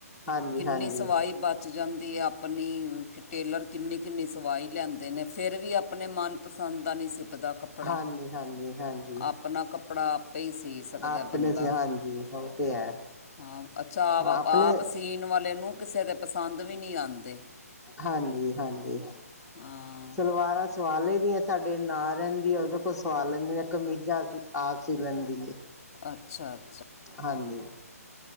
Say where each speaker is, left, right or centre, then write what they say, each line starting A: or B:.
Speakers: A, in the centre; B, on the left.
A: ਹਾਂਜੀ
B: ਕੀਨੀ
A: ਹਾਂਜੀ
B: ਸਵਾਈ ਬ ਬਚ ਜਾਂਦੀ ਐ ਆਪਣੀ ਟੇਲਰ ਕੀਨੀ-ਕੀਨੀ ਸਵਾਈ ਲੈਂਦੇ ਨੇ ਫੇਰ ਵੀ ਆਪਣੇ ਮਨ ਚ ਪਸੰਦ ਦਾ ਨੀ ਸੀ ਨੀ ਪਤਾ ਕੱਪੜਾ,
A: ਹਾਂਜੀ ਹਾਂਜੀ ਹਾਂਜੀ
B: ਆਪਣਾ ਕੱਪੜਾ ਆਪੇ ਈ ਸੀ ਸਕਦਾ
A: ਆਪਣੇ
B: ਐ ਬੰਦਾ।
A: ਸੇ ਹਾਂਜੀ ਉਹ ਤੇ ਹੈ
B: ਹਾਂ ਅੱਛਾ ਆਵ
A: ਆਪਣੇ
B: ਆਪ ਸੀਨ ਵਾਲੇ ਨੂੰ ਕੀਸੇ ਦੇ ਪਸੰਦ ਵੀ ਨੀ ਆਂਦੇ।
A: ਹਾਂਜੀ-ਹਾਂਜੀ।
B: ਹਾਂ।
A: ਸਲਵਾਰਾਂ ਸਵਾ ਲਈਦੀਆਂ ਸਾਡੇ ਨਾਲ ਰੈਂਦੀ ਏ ਓਦੇ ਕੋਲ ਸਵਾ ਲੈਂਦੇ ਨੇ ਕਮੀਜ਼ਾਂ ਅਸੀਂ ਆਪ ਸੀ ਲੈਂਦੀ ਏ।
B: ਅੱਛਾ ਅੱਛਾ।
A: ਹਾਂਜੀ,